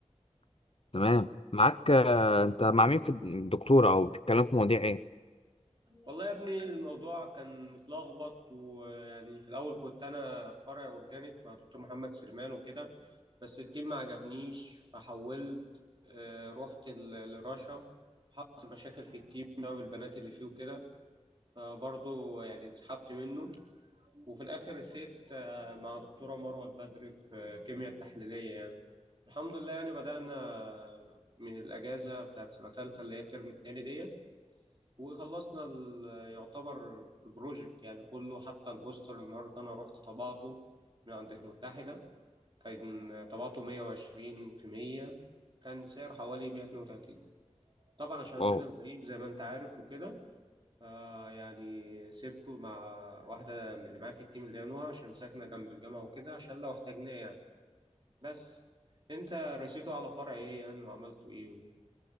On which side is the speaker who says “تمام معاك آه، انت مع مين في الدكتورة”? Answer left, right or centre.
Left